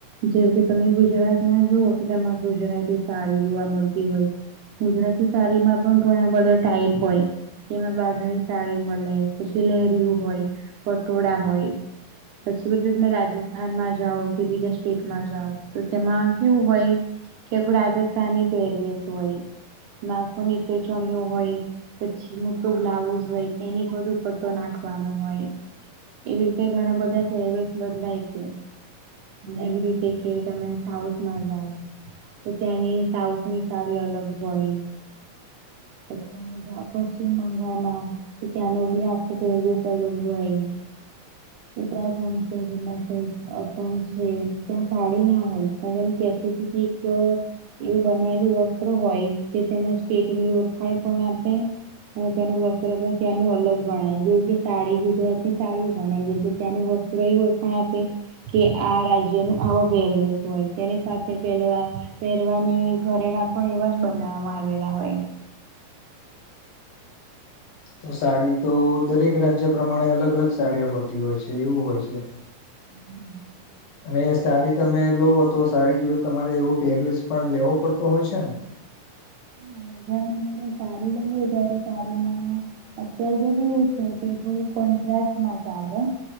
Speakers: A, on the right (about 70°); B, on the left (about 85°).
A: જેવ કે તમે ગુજરાતમાં જોઓ તો તેમાં ગુજરાતી સાડી જોવા મળતી હોય. ગુજરાતી સાડી માં પણ ઘણા બધા ટાઈપ હોય. તેમાં બાંધણી સાળ મળે. પછી લહેરિયું હોય, પટોળા હોય. પછી બધી તમે રાજસ્થાનમાં જાઓ, કે બીજા સ્ટેટમાં જાઓ. તો તેમાં કેવું હોય કે આખું રાજસ્થાની પેરવેશ હોય. ના ખ ચેચણઓ હોય. પછી મોટું બ્લાઉઝ હોય એની બધું પતો નાખવાનો હોય, એ રીતે ઘણા બધા ફેરવેઝ બંધય છે. એવી રીતે કે તમે સાઉથમાં જાવ. તો ત્યાંની સાઉથ ની સાડી અલગ હોય. પછી પશ્ચિમ બંગાળમાં તો ક્યાનો ભી આપ પેર બેલોગ હોય. ઉત્તરાખંડ છે, હિમાચલ છે, અસમ છે, ત્યાં સાાડી ના હોય. પસફિક એક એવું બનાયેલું વસ્ત્ર હોય. જેને તમ ખણ પણ આપે. અને તેનું વસ્ત્ર પણ ત્યાંનું અલગ ગણાય. જેવું કે સાડી ગુજરાતીની સાડી ગણાય રીતે ત્યાંનું વસ્ત્ર ઈવ ખ આપે કે આ રાજ્ય ન આવો ભેરવેશ હોય તેની સાથે પહેરવા પહેરવાની ઘરેણા પણ એવા જ બનાવવામાં આવેલા હોય
B: તો સાડી તો દરેક રાજ્ય પ્રમાણે અલગ અલગ સાડીઓ હોતી હોય છે એવું હોય છે
A: હમ
B: અને સાડી તમે લો તો સાડી જોડે તમારે એવો પહેરવેસ પણ લેવો પડતો હોય છે ને
A: હ વધા ઘરે સાડી લઈએ વધારે સાડીમાં અત્યારે તો કેવું છે કે થું કોન્ટ્રાાસ્ટ માં ચાલે.